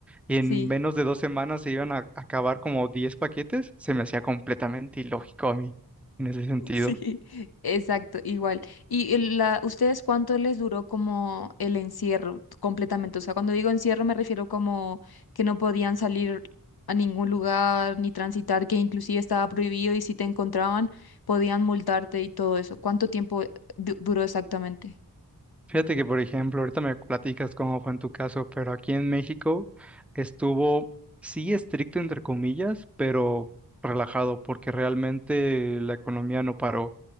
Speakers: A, in the centre; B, on the left.
A: y en
B: Sí.
A: menos de dos semanas se iban a acabar como diez paquetes, se me hacía completamente ilógico a mí en ese sentido.
B: <laughs> Sí, exacto, igual. ¿Y el- la, ustedes cuánto les duró como el encierro completamente? O sea, cuando digo encierro me refiero como que no podían salir a ningún lugar ni transitar, que inclusive estaba prohibido y si te encontraban podían multarte y todo eso. ¿Cuánto tiempo du- duró exactamente?
A: Fíjate que, por ejemplo, ahorita me platicas cómo fue en tu caso, pero aquí en México estuvo, sí, estricto entre comillas, pero relajado, porque realmente la economía no paró